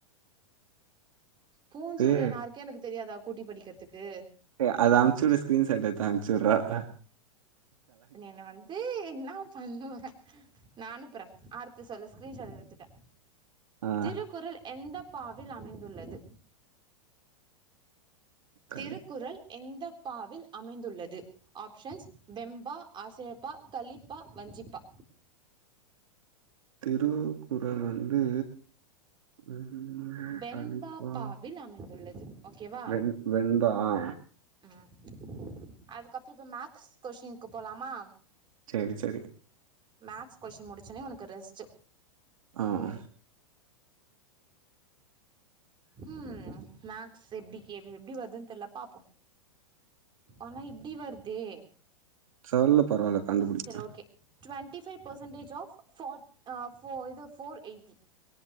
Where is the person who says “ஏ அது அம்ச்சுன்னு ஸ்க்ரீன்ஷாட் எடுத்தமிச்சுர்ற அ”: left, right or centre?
Right